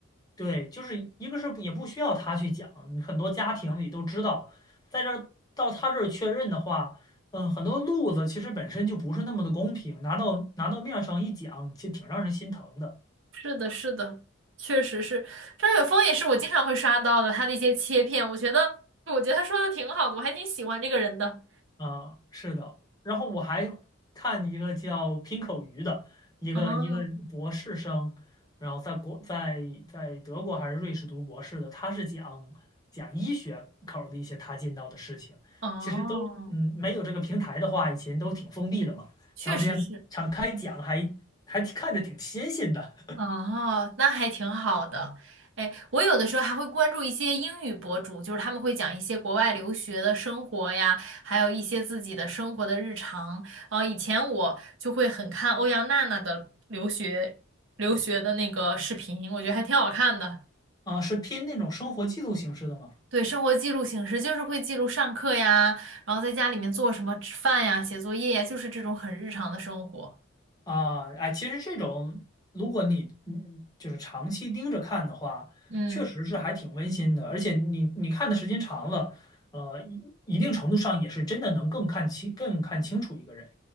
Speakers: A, on the left (about 20°); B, on the right (about 65°).
A: 对，就是一个是也不需要他去讲，很多家庭里都知道，在这儿到他这儿确认的话，嗯，很多路子其实本身就不是那么的公平，拿到拿到面上一讲，其实挺让人心疼的。
B: 是的，是的，确实是张雪峰也是我经常会刷到的，他的一些切片，我觉得，我觉得他说的挺好的，我还挺喜欢这个人的。
A: 啊，是的。然后我还看一个叫拼口鱼的，一个一个博士生，
B: 哦
A: 然后在国在在德国还是瑞士读博士的，他是讲讲医学口儿的一些他见到的事情。
B: 哦，
A: 其实都嗯，没有这个平台的话，以前都挺封闭的嘛。
B: 确实是
A: 然后这样敞开讲还还看着挺新鲜的
B: 哦，那还挺好的。哎，我有的时候还会关注一些英语博主，就是他们会讲一些国外留学的生活呀，还有一些自己的生活的日常。呃，以前我就会很看欧阳娜娜的留学留学的那个视频，我觉得还挺好看的。
A: 啊，是偏那种生活记录形式的吗？
B: 对，生活记录形式就是会记录上课呀，然后在家里面做什么吃饭呀、写作业呀，就是这种很日常的生活。
A: 啊，哎，其实这种，如果你嗯就是长期盯着看的话，
B: 嗯，
A: 确实是还挺温馨的，而且你你看的时间长了，呃，一一定程度上也是真的能更看清、更看清楚一个人。